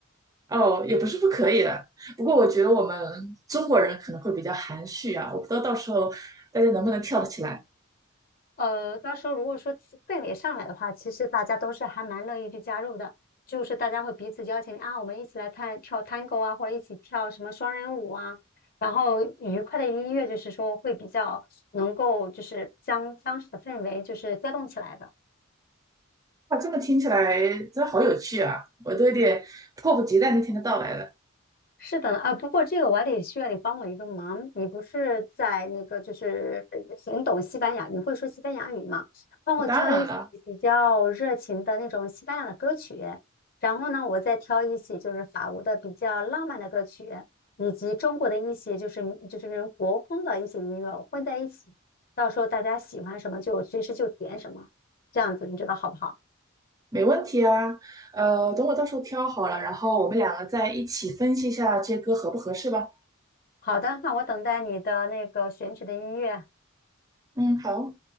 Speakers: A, on the right (about 15°); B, on the left (about 45°).
A: 哦，也不是不可以的，不过我觉得我们中国人可能会比较含蓄啊，我不知道到时候大家能不能跳得起来。
B: 呃，到时候如果说气氛围上来的话，其实大家都是还蛮乐意去加入的，就是大家会彼此邀请啊，我们一起来看跳 tango 啊，或者一起跳什么双人舞啊，然后愉快的音乐就是说会比较能够就是将当时的氛围就是调动起来的。
A: 哇，这么听起来真好有趣啊！我都有点迫不及待那天的到来了。
B: 是的呢，啊，不过这个我还得需要你帮我一个忙。你不是在那个，就是呃很懂西班牙，你会说西班牙语吗？帮我挑一些比较热情的那种西班牙的歌曲，
A: 哦当然了，
B: 然后呢，我再挑一些就是法国的比较浪漫的歌曲，以及中国的一些就是就是那种国风的一些音乐混在一起，到时候大家喜欢什么就随时就点什么，这样子你觉得好不好？
A: 没问题啊。呃，等我到时候挑好了，然后我们两个再一起分析一下这歌合不合适吧。
B: 好的，那我等待你的那个选取的音乐。
A: 嗯，好。